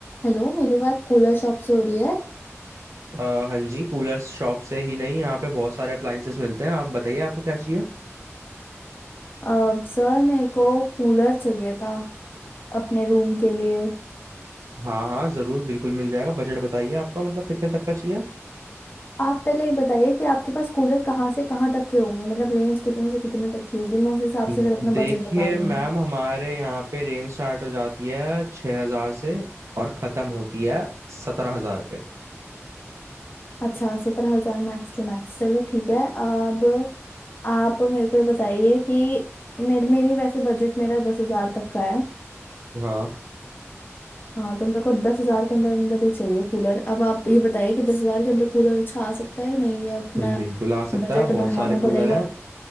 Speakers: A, on the left; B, on the right.
A: Hello मेरी बात cooler shop से हो रही है
B: आ, हाँ जी cooler shop से ही नहीं यहाँ पे बहुत सारे अप्लायंसेस मिलते हैं आप बताइए आपको क्या चाहिए
A: अब सर मेरे को कूलर चाहिए था अपने रूम के लिए
B: हाँ हाँ जरूर बिल्कुल मिल जाएगा बजट बताइए आपका मतलब कितने तक का चाहिए
A: आप पहले ये बताइए कि आपके पास कूलर कहाँ से कहाँ तक के होंगे मतलब रेंज कितने से कितने तक की होगी मैं उस हिसाब
B: हम्म।
A: से फिर अपना
B: देखिए
A: बजट बता दूंगी
B: मैम हमारे यहाँ पे रेंज स्टार्ट हो जाती है छह हजार से और खत्म होती है सत्रह हजार पे
A: अच्छा सत्रह हजार मैक्स टू मैक्स चलो ठीक है अब आप मेरे को ये बताइए कि मेर, मेरी वैसे बजट मेरा दस हजार तक का है
B: हाँ
A: हाँ तो मेरे को दस हजार के अंदर अंदर ही चाहिए कूलर अब आप ये बताइए कि दस हजार के अंदर कूलर अच्छा आ सकता है या नहीं या अपना
B: बिल्कुल आ सकता
A: बजट
B: है बहुत
A: बढ़ाना
B: सारे कूलर
A: पड़ेगा
B: हैं